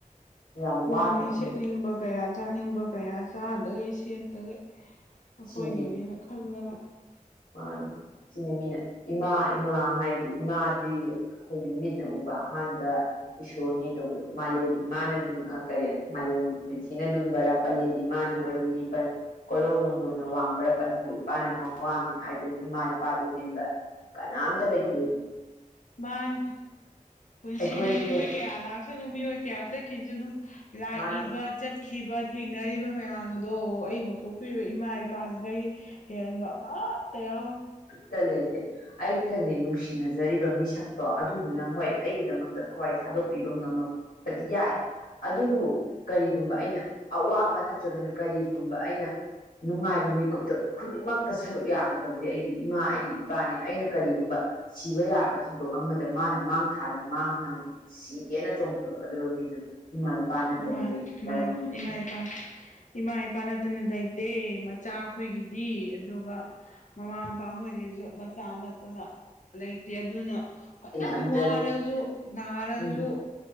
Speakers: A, on the left; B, on the left.
A: ꯌꯥꯝ
B: ꯃꯥꯅꯦ
A: ꯋꯥꯈ꯭ꯔꯦ
B: ꯁꯦꯠꯅꯤꯡꯕ ꯀꯌꯥ ꯆꯥꯅꯤꯡꯕ ꯀꯌꯥ ꯆꯥꯗꯒꯩ ꯁꯦꯠ ꯑ ꯑꯩꯈꯣꯏꯒꯤꯅꯦꯅ
A: ꯁꯤꯅꯤ
B: ꯈꯜꯂꯒ
A: ꯃꯥꯅꯤ ꯁꯤꯅꯤ ꯃꯤꯅꯦ ꯏꯃꯥ ꯏꯃꯥ ꯍꯥꯏꯁꯤ ꯏꯃꯥꯗꯤ ꯑꯩꯈꯣꯏꯒꯤ ꯃꯤꯠꯅ ꯎꯕ ꯑꯍꯥꯟꯕ ꯏꯁꯣꯔꯅꯤ ꯇꯧꯕꯗꯣ ꯃꯥꯂꯦꯝꯅꯤ ꯃꯥꯅ ꯀꯔꯤ ꯃꯥꯂꯦꯝ ꯄ꯭ꯔꯤꯊꯤꯅ ꯂꯨꯝꯕꯔꯥ ꯀꯂꯦꯟ ꯏꯃꯥꯅ ꯃꯔꯨꯝꯅꯤ ꯀꯣꯔꯧ ꯅꯅꯨꯡꯗꯣꯟꯅ ꯋꯥꯡꯕꯔꯥ ꯄꯟꯊꯧ ꯏꯄꯥꯅ ꯃꯋꯥꯡꯉ ꯍꯥꯏꯗꯨꯅꯤ ꯏꯃꯥ ꯏꯄꯥꯗ ꯍꯦꯟꯕ ꯀꯅꯥꯝꯇ ꯂꯩꯇꯦ
B: ꯃꯥꯥꯟ ꯄꯨꯟꯁꯤꯗ
A: ꯑꯩꯈꯣꯏꯁꯦ
B: ꯃꯤꯑꯣꯏ ꯀꯌꯥ ꯂꯥꯛ ꯆꯠꯅꯨ ꯃꯤꯑꯣꯏ ꯀꯌꯥ ꯆꯠꯈꯤꯁꯅꯨ ꯂꯥꯛꯏꯕ
A: ꯃꯥꯅꯤ
B: ꯆ ꯈꯤꯕ ꯊꯦꯡꯅꯔꯤꯕ ꯃꯌꯥꯝꯗꯣ ꯑꯩꯕꯨ ꯄꯣꯛꯄꯤꯔꯤꯕ ꯏꯃꯥ ꯏ ꯅꯨꯄꯥꯁꯤꯗꯒꯤ ꯍꯦꯟꯦꯟꯕ ꯑꯃꯠꯇ ꯌꯥꯎ
A: ꯁꯔꯤ ꯑꯥꯏꯦ ꯑꯩꯒꯅꯦ ꯅꯨꯡꯁꯤꯅꯖꯔꯤꯕ ꯃꯤꯁꯛꯇꯣ ꯑꯗꯨꯗꯨꯅ ꯍꯣꯏ ꯑꯩꯒꯤꯗꯃꯛꯇ ꯊꯋꯥꯏ ꯊꯥꯗꯣꯛꯄꯤꯕ ꯉꯝꯃꯛ ꯐꯗꯤꯌꯥ ꯑꯗꯨꯕꯨ ꯀꯔꯤꯒꯨꯝꯕ ꯑꯩꯅ ꯑꯋꯥꯕ ꯅꯠꯇ꯭ꯔꯒꯅ ꯀꯔꯤꯒꯨꯝꯕ ꯑꯩꯅ ꯅꯨꯡꯉꯥꯏꯕ ꯃꯤꯀꯨꯞꯇ ꯈꯨꯗꯤꯡꯃꯛꯇ ꯁꯔꯨꯛ ꯌꯥꯒꯗꯕꯅꯤ ꯑꯩꯒꯤ ꯏꯃꯥ ꯑꯩꯒꯤ ꯏꯄꯥꯅꯦ ꯑꯩꯅ ꯀꯔꯤꯒꯨꯝꯕ ꯁꯤꯕ ꯌꯥꯕ ꯊꯧꯗꯣꯛ ꯑꯃꯗ ꯃꯥꯅ ꯃꯥꯡ ꯊꯥꯔꯒ ꯃꯥ ꯍꯥꯟꯅ ꯁꯤꯒꯦꯅ ꯆꯣꯡꯊꯣꯔꯛꯀꯗꯕ ꯃꯤꯖꯨ ꯏꯃꯥ ꯏꯄꯥ ꯅꯠꯇꯅ
B: ꯃꯥꯅꯤ
A: ꯂꯩ
B: ꯃꯥꯅꯤ
A: ꯇꯥꯏꯕꯪꯗ
B: ꯏꯃꯥ ꯏꯄꯥ ꯏꯃꯥ ꯏꯄꯥ ꯅꯠꯇꯅ ꯂꯩꯇꯦ ꯃꯆꯥ ꯑꯩꯈꯣꯏꯒꯤꯗꯤ ꯑꯗꯨꯒ ꯃꯃꯥ ꯃꯄꯥꯝ ꯍꯣꯏꯒꯤꯁꯨ ꯃꯆꯥ ꯅꯠꯇꯅ ꯂꯩꯇꯦ ꯑꯗꯨꯅ ꯑ
A: ꯈꯟꯖꯔꯤ
B: ꯃ ꯑꯔꯁꯨ ꯅꯔꯖꯨ
A: ꯎꯝ